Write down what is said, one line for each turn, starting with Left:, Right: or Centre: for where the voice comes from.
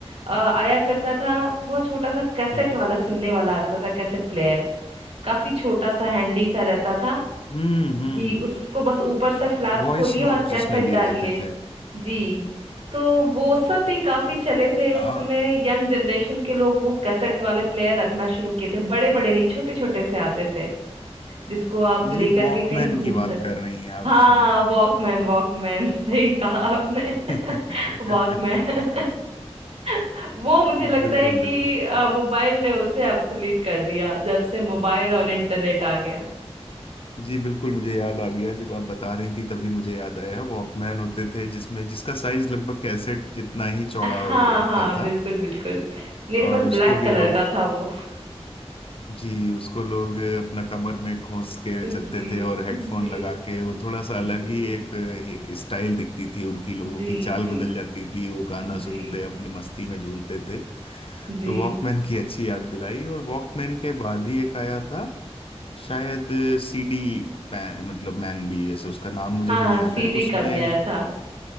Right: अ, आया करता था बहुत छोटा सा कैसेट
Left: हम्म
Right: वाला सुनने वाला आता था कैसेट प्लेयर काफी छोटा सा हैंडी सा रहता था
Left: हम्म हम्म
Right: जी उसको बस ऊपर से फ्लैप
Left: वॉइस
Right: खोलिए
Left: नोट
Right: और
Left: जिसमें
Right: कैसेट
Left: लिए
Right: डालिए
Left: जाते थे
Right: जी तो वो सब भी काफी चले थे उस
Left: हाँ
Right: समय यंग जनरेशन के लोग वो कैसेट वाले प्लेयर रखना शुरू किए थे बड़े बड़े नहीं छोटे छोटे से आते थे जिसको आप
Left: ये
Right: लेकर
Left: वॉकमैन
Right: के कहीं घूम
Left: की
Right: सकते
Left: बात कर रही हैं आप
Right: हाँ
Left: शायद
Right: वॉकमैन वॉकमैन <laughs> सही कहा आपने <laughs>
Left: <laughs> बिल्कुल
Right: वॉकमैन <laughs> वो मुझे लगता
Left: बिल्कुल
Right: है कि अ, मोबाइल ने उसे अब्सोल्यूट कर दिया जब से मोबाइल और इंटरनेट आ गया
Left: जी बिल्कुल मुझे याद आ गया जब आप बता रही थी तभी मुझे याद आया वॉकमैन होते थे जिसमें जिसका साइज लगभग कैसेट जितना ही चौड़ा
Right: हाँ
Left: और होता
Right: हाँ
Left: था
Right: बिल्कुल बिल्कुल मेरे
Left: और
Right: पास
Left: उसको
Right: ब्लैक
Left: भी
Right: कलर
Left: लोग
Right: का था वो
Left: जी उसको लोग अपना कमर में घोंस के
Right: <laughs> जी
Left: चलते थे और हेडफोन
Right: जी
Left: लगा के वो थोड़ा
Right: जी
Left: सा अलग
Right: जी
Left: ही एक स्टाइल दिखती थी उनकी लोगों
Right: जी
Left: की चाल
Right: जी
Left: बदल जाती थी वो गाना
Right: जी
Left: सुनते अपनी मस्ती में झूमते थे
Right: जी
Left: तो वॉकमैन की अच्छी याद दिलाई और वॉकमैन के बाद ही एक आया था शायद सीडी मतलब मैन भी जैसे उसका नाम मुझे
Right: हाँ
Left: नहीं याद
Right: सीडी
Left: है उसमें
Right: का भी आया था